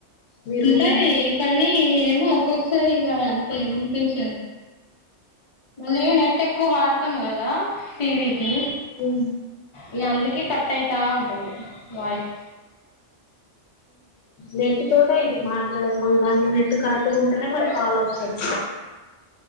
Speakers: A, on the left (about 85°); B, on the left (about 35°).
A: మీ రూమ్
B: ఉంటాయి
A: లో
B: కానీ ఏమో ఒక్కొస సారిగ అంతే వినిపించదు మళ్ళీ నెట్ ఎక్కువ వాడతాం కదా టీవీకి
A: మ్
B: ఇగ అందికే కట్ అయితా ఉంటది వాయిస్
A: నెట్ తోటే ఇది మాట్లాడాలి మళ్ళి దానికి నెట్ కరెక్టుగుంటనే మనకి కాల్ వస్తది